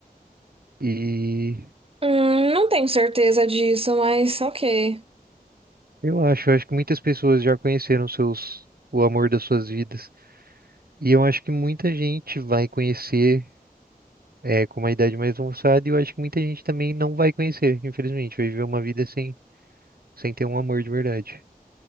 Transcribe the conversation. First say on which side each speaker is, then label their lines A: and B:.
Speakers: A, on the right; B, on the right.
A: E
B: Hum, não tenho certeza disso, mas ok.
A: eu acho, eu acho que muitas pessoas já conheceram seus, o amor das suas vidas. E eu acho que muita gente vai conhecer é, com uma idade mais avançada, e eu acho que muita gente também não vai conhecer, infelizmente, vai viver uma vida sem, sem ter um amor de verdade.